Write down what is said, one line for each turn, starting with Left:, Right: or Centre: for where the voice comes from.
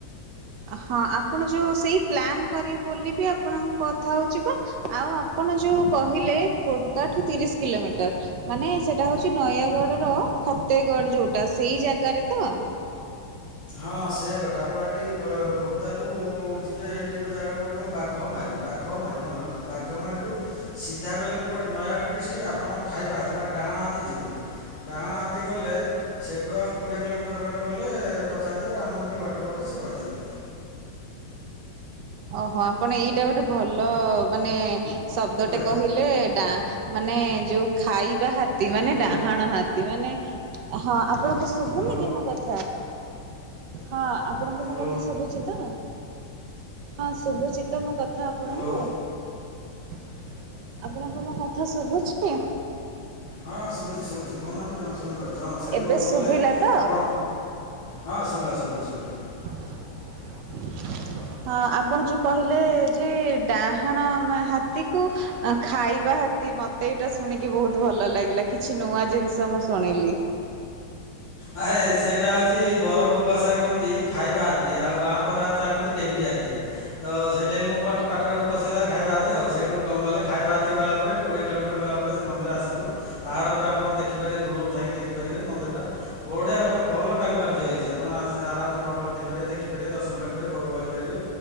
Right: ହଁ ଆପଣ ଯୋଉ ସେଇ ପ୍ଲାନ୍ କରିବି ବୋଲିବି ଆପଣଙ୍କୁ କଥା ହେଉଛି ବା। ଆଉ ଆପଣ ଯୋଉ କହିଲେ, ଖୋର୍ଦ୍ଧାଠୁ ତିରିଶ କିଲୋମିଟର। ମାନେ ସେଟା ହଉଛି ନୟାଗଡ ର ଫତେଗଡ ଯୋଉଟା ସେଇ ଜାଗାରେ ତ।
Left: ହଁ ସେଗଡ଼ା ଆପଣ ଏଠି ଖୋର୍ଦ୍ଧାଠୁ ଯିବେ ଏଠି ଗୋଟେ ଜାଗା ପଡିବ ବାଘମାରି। ବାଘମାରି ମନେ ରଖିଥାଅ। ବାଘମାରି ରୁ ସିଧା ଗଲେ ପଡ଼ିବ ନୟାଗଡ଼ ଡିଷ୍ଟିକ୍। ଆପଣ ଖାଇବା ହାତି, ମାନେ ଡାହାଣ ହାତୀ ଯିବେ। ଡାହାଣ ହାତୀ ଗଲେ, ସେଠୁ ଆଉ କୋଡ଼ିଏ କିଲୋମିଟର ଖଣ୍ଡେ ଗଲେ ପଚାରିଦେବେ ରାମ ମନ୍ଦିର ବାଟ କୋଉଟା? ସେ କହିଦେବେ।
Right: ଓହୋ ଆପଣ ଏଇଟା ଗୋଟେ ଭଲ ମାନେ ଶବ୍ଦଟେ
Left: ହେଲା କି
Right: କହିଲେ ଡା ମାନେ ଯୋଉ ଖାଇବା ହାତୀ ମାନେ
Left: ହ୍ୟାଲୋ
Right: ଡାହାଣ ହାତୀ ମାନେ ହଁ ଆପଣଙ୍କୁ ଶୁଭୁନି
Left: ହ୍ୟାଲୋ
Right: କି ମୋ କଥା? ହଁ ଆପଣଙ୍କୁ
Left: ହ୍ୟାଲୋ
Right: ମୋ କଥା ଶୁଭୁଛି ତ? ହଁ ଶୁଭୁଚି। ତ ମୋ କଥା ଆପଣଙ୍କୁ।
Left: ହ୍ୟାଲୋ
Right: ଆପଣଙ୍କୁ ମୋ କଥା ଶୁଭୁଛି?
Left: ହଁ ଶୁଭୁଛି, ଶୁଭୁଛି। କହୁନାହାନ୍ତି ହଁ ଶୁଣିପାରୁଛି ହଁ ସେଇଠୁ
Right: ଏବେ
Left: ଗଲେ
Right: ଶୁଭିଲା ତ?
Left: ଆପଣ ହଁ ସୁବିଲା, ସୁବିଲା, ସୁବିଲା।
Right: <unintelligible> ହଁ, ଆପଣ ଯୋଉ କହିଲେ ଯେ ଡାହାଣ ହାତୀକୁ ଖାଇବା ହତି ମତେ ଏଇଟା ଶୁଣିକି ବହୁତ ଭଲ ଲାଗିଲା। କିଛି ନୂଆ ଜିନିଷ ମୁଁ ଶୁଣିଲି।
Left: ଆହେ ସେଇଟା ହେଉଛି ବ୍ରହ୍ମପୁର ଭାସାରେ କହନ୍ତି ଖାଇବା ହାତୀ। ଆଉ ବାଁ ପଟ ହାତକୁ କହନ୍ତି ଡେବିରି ହାତୀ। ତ ସେଇଟା ମୋ ପାଟିରେ ଗୋଟେ ପଶିଗଲା ଖାଇବା ହାତି ଆଉ। ସେଇଠୁ କଣ କଲେ ଖାଇବା ହାତି ଗଲା ପରେ କୋଡ଼ିଏ କିଲୋମିଟର ଗଲା ପରେ ସେ ମନ୍ଦି ଆସିଯିବ। ପାହାଡ଼ ଉପରେ ଦେଖିପାରିବେ ଦୂରରୁ ଥାଇକି ଦେଖିପାରିବେ ମନ୍ଦିରଟା। ବଢିଆ ପୁରା ଭଲ କାରୁକାର୍ଯ୍ୟ ହୋଇଛି। ଆପଣ ଆସି ଆରାମସେ ଫଟୋ ଉଠାଇ ପାରିବ, ଦେଖିପାରିବେ, ଦର୍ଶନ କରିପାରିବେ, ଭୋଗ କରିପାରିବେ।